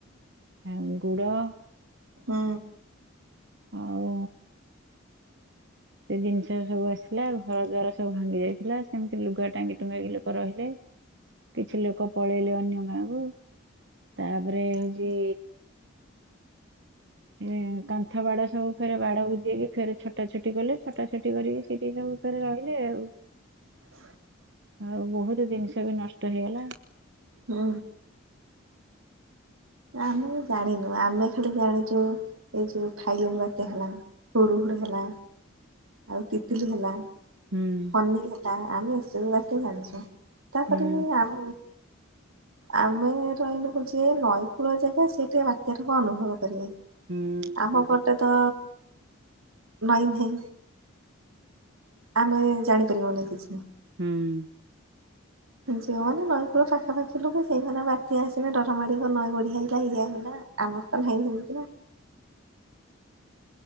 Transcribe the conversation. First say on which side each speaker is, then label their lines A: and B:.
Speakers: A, on the right (about 55°); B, on the right (about 85°).
A: ଆଉ ଗୁଡ
B: ହୁଁ।
A: ଆଉ ସେ ଜିନିଷ ସବୁ ଆସିଲା ଘର ଦ୍ୱାର ସବୁ ଭାଙ୍ଗି ଯାଇଥିଲା ସେମିତି ଲୁଗା ଟାଙ୍ଗି ଟୁଙ୍ଗାକି ଲୋକ ରହିଲେ କିଛି ଲୋକ ପଳେଇଲେ ଅନ୍ୟ ଗାଁ କୁ ତାପରେ ହଉଚି ଏ କାନ୍ଥ ବାଡ ସବୁ ଫେରେ ବାଡ ବୁଜେଇକି ଫେର୍ ଛଟା ଛଟି କଲେ ଛଟା ଛଟି କରିକି ସେଇଠି ସବୁ ଫେରେ ରହିଲେ ଆଉ।
B: ହଁ
A: ଆଉ ବହୁତ୍ ଜିନିଷ ବି ନଷ୍ଟ ହେଇଗଲା।
B: ହୁଁ। ଆମେ ଜାଣିନୁ ଆମେ ଖାଲି ଜାଣିଚୁ ଏଇ ଯଉ ଫାଇଲିନି ବାତ୍ୟା ହେଲା ହୁଡ୍ ହୁଡ୍ ହେଲା ଆଉ ତିତିଲି ହେଲା
A: ହୁଁ।
B: ହେଲା ଆମେ ଏସବୁ ବାଟ ଜାଣିଚୁ ତାପରେ
A: ହୁଁ
B: ବି ଆମ୍ ଆମେ ରହିଲୁ ଯିଏ ନଈକୂଳ ଜାଗା ସେ ଟିକେ ବାତ୍ୟାର କଣ ଅନୁଭବ କରିବ।
A: ହୁଁ
B: ଆମ ପଟେ ତ ନଈ ନାହିଁ। ଆମେ ଜାଣିପାରିବୁନି କିଛି।
A: ହୁଁ।
B: ଯଉ ମାନେ ନଈକୁଲ ପାଖାପାଖି ଲୋକ ସେଇ ମାନେ ବାତ୍ୟା ଆସିିଲେ ଡ଼ର ମାଡିବ ନଈ ବଢିଆ ଆଇଲା ଇଏ ଆଇଲା। ଆମର ତ ନାହିଁ ସେମିତି ନା।